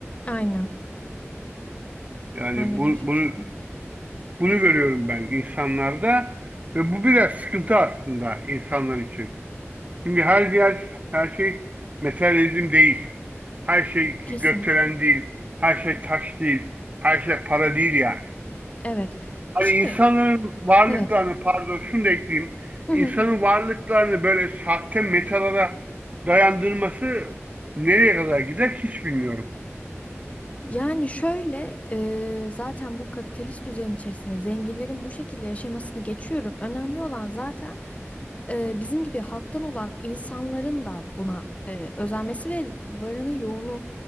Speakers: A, on the left; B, on the right.
A: Aynen.
B: Yani
A: Aynen
B: bu,
A: o şekilde.
B: bunu bunu görüyorum ben insanlarda ve bu biraz sıkıntı aslında insanlar için. Çünkü her yer her şey materyalizm değil. Her şey
A: Kesinlikle.
B: gökdelen değil. Her şey taş değil. Her şey para değil yani.
A: Evet.
B: Hani
A: Ki
B: insanların varlıklarını
A: evet.
B: pardon şunu da ekleyeyim.
A: Hı
B: İnsanın
A: hı.
B: varlıklarını böyle sahte metalara dayandırması nereye kadar gider hiç bilmiyorum.
A: Yani şöyle eee, zaten bu kapitalist düzen içerisinde zenginlerin bu şekilde yaşamasını geçiyorum. Önemli olan zaten eee, bizim gibi halktan olan insanların da buna eee, özenmesi ve varını yoğunu